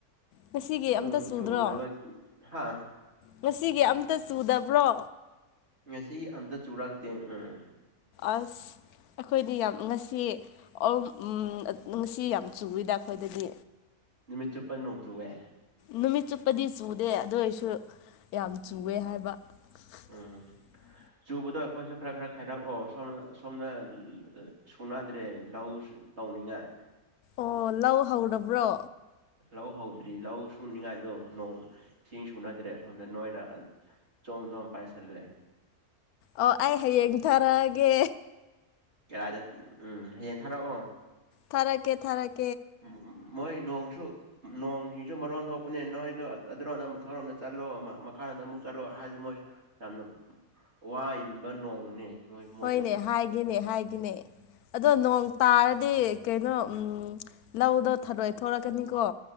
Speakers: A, on the left; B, on the right.
A: ꯉꯁꯤꯒꯤ ꯑꯝꯇ
B: ꯅꯣꯡ
A: ꯆꯨꯗ꯭ꯔꯣ
B: ꯆꯨꯗꯕ ꯍꯥꯥ
A: ꯉꯁꯤꯒꯤ ꯑꯝꯇ ꯆꯨꯗꯕ꯭ꯔꯣ
B: ꯉꯁꯤ ꯑꯝꯇ ꯆꯨꯔꯛꯇꯦ ꯎꯝ
A: ꯑꯁ ꯑꯩꯈꯣꯏꯗꯤ ꯌꯥꯝ ꯉꯁꯤ ꯑꯣꯝ ꯎꯝ ꯉꯁꯤ ꯌꯥꯝ ꯆꯨꯌꯦꯗ ꯑꯩꯈꯣꯏꯗꯗꯤ
B: ꯅꯨꯃꯤꯠ ꯆꯨꯞꯄ ꯅꯣꯡꯆꯨꯑꯦ
A: ꯅꯨꯃꯤꯠ ꯆꯨꯞꯄꯗꯤ ꯆꯨꯗꯦ ꯑꯗꯨ ꯑꯣꯏꯔꯁꯨ ꯌꯥꯝ ꯆꯨꯋꯦ ꯍꯥꯏꯕ <unintelligible>
B: ꯎꯝ ꯆꯨꯕꯗꯣ ꯑꯩꯈꯣꯏꯁꯨ ꯈꯔ ꯈꯔ ꯈꯥꯏꯗꯛꯑꯣ ꯁꯣꯝꯅ ꯁꯣꯝꯅ ꯁꯣꯟꯅꯗ꯭ꯔꯦ ꯂꯧ ꯇꯥꯎꯅꯤꯡꯉꯥꯏ
A: ꯑꯣ ꯂꯧ ꯍꯧꯔꯕ꯭ꯔꯣ
B: ꯂꯧ ꯍꯧꯗ꯭ꯔꯤ ꯂꯧ ꯁꯨꯅꯤꯡꯉꯥꯏꯗꯣ ꯅꯣꯡ ꯏꯁꯤꯡ ꯁꯨꯅꯗ꯭ꯔꯦ ꯑꯁꯣꯝꯗ ꯅꯣꯏꯅ ꯖꯣꯝ ꯖꯣꯝ ꯄꯥꯏꯁꯜꯂꯦ
A: ꯑꯣ ꯑꯩ ꯍꯌꯦꯡ ꯊꯥꯔꯛꯑꯒꯦ
B: ꯀꯔꯥꯏꯗꯥ ꯎꯝ ꯍꯌꯦꯡ ꯊꯥꯔꯛꯑꯣ
A: ꯊꯥꯔꯛꯀꯦ ꯊꯥꯔꯛ
B: ꯎꯝ ꯃꯣꯏ ꯅꯣꯡꯁꯨ ꯅꯣꯡ ꯁꯤꯡꯁꯨ ꯃꯔꯣꯟ ꯊꯣꯛꯄꯅꯦ ꯅꯣꯏꯗꯣ ꯑꯗꯨꯔꯣꯝꯗ ꯃꯊꯛꯔꯣꯝꯗ ꯆꯠꯂꯣ ꯑꯃ ꯃꯈꯥꯔꯣꯝꯗ ꯑꯃꯨꯛ ꯆꯠꯂꯣ ꯍꯥꯏꯔꯗꯤ ꯃꯣꯏꯁꯨ ꯌꯥꯝꯅ ꯋꯥ ꯏꯟꯕ ꯅꯣꯡꯅꯦ ꯅꯣꯏ ꯃꯣꯏꯁꯨ
A: ꯍꯣꯏꯅꯦ ꯍꯥꯏꯒꯦꯅꯦ ꯍꯥꯏꯒꯦꯅꯦ ꯑꯗꯣ ꯅꯣꯡ ꯇꯥꯔꯗꯤ ꯀꯩꯅꯣ ꯎꯝ ꯂꯧꯗꯣ ꯊꯔꯣꯏ ꯊꯣꯔꯛꯀꯅꯤꯀꯣ